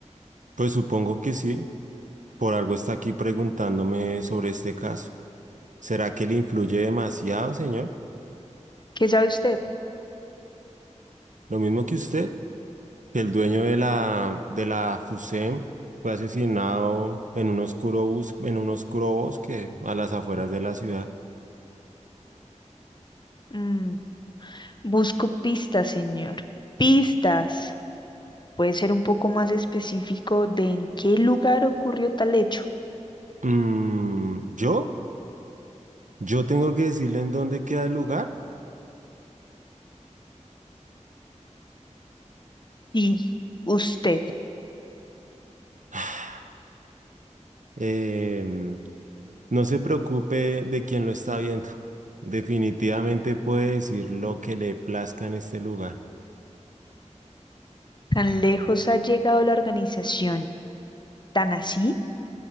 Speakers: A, on the right; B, on the left.
A: Pues supongo que sí. Por algo está aquí preguntándome sobre este caso. ¿Será que le influye demasiado, señor?
B: ¿Qué sabe usted?
A: Lo mismo que usted, que el dueño de la, de la FUSEM fue asesinado en un oscuro bus, en un oscuro bosque a las afueras de la ciudad.
B: Mm, busco pistas, señor. Pistas. puede ser un poco más específico de en qué lugar ocurrió tal hecho.
A: Mm, ¿yo? ¿Yo tengo que decirle en dónde queda el lugar?
B: Y usted,
A: <sighs> Em, no se preocupe de quién lo está viendo. Definitivamente puede decir lo que le plazca en este lugar.
B: ¿tan lejos ha llegado la organización, tan así,